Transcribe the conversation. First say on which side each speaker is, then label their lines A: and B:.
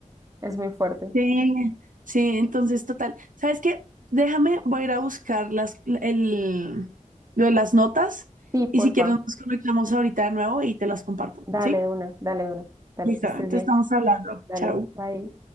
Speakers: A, on the right; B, on the right.
A: es muy fuerte.
B: Sí, sí, entonces, total. ¿Sabes qué? Déjame, voy a ir a buscar las, el, lo de las notas
A: Sí, porfa,
B: y si quieres nos conectamos ahorita de nuevo y te las comparto,
A: dale
B: ¿sí?
A: una, dale una, dale,
B: Listo,
A: que estés
B: entonces
A: bien,
B: estamos hablando.
A: dale,
B: Chao.
A: bye.